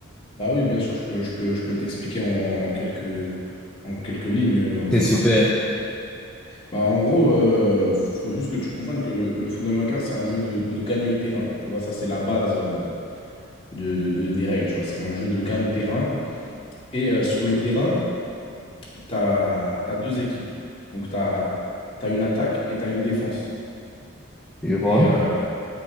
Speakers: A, on the left; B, in the centre.
A: Bah oui, bien sûr, je peux, je peux, je peux t'expliquer en, en quelques, en quelques lignes. euh,
B: C'est super.
A: Bah, en gros, euh, faut juste que tu comprennes que le, le football américain, c'est un jeu de, de gagne-terrain. Tu vois, ça, c'est la base euh, de, de- des règles. Tu vois, c'est un jeu de gagne-terrain. Et euh, sur le terrain, tu as, deux équipes. Donc, tu as, une attaque et tu as une défense.
B: Je vois.
A: Et, euh,